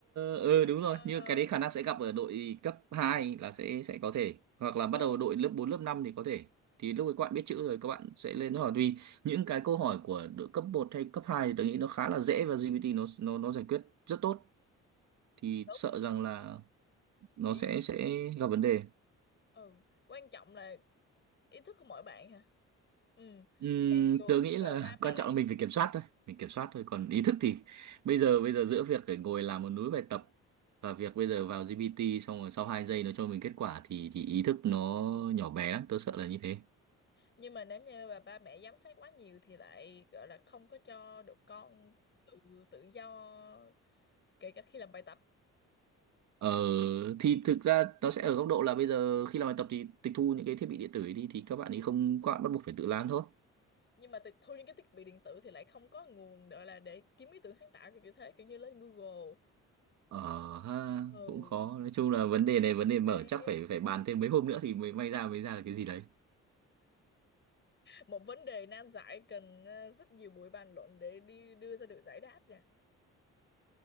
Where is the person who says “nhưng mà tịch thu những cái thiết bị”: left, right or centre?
Left